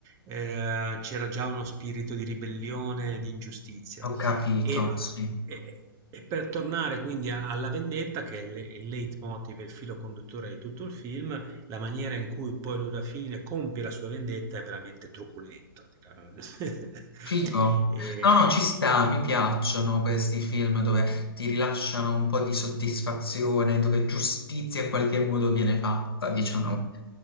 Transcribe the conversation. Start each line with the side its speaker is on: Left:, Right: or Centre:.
Right: eh, c'era già uno spirito di ribellione, di ingiustizia.
Left: Ho capito,
Right: E, Ok.
Left: sì.
Right: e- e per tornare quindi a- alla vendetta, che è il, il leitmotiv, il filo conduttore di tutto il film, la maniera in cui poi lui alla fine compie la sua vendetta è veramente truculento. <laughs> dirà.
Left: Figo.
Right: E,
Left: No, no, ci sta, mi piacciono questi film dove ti rilasciano un po' di soddisfazione, dove giustizia in qualche modo viene fatta, diciamo.
Right: mm,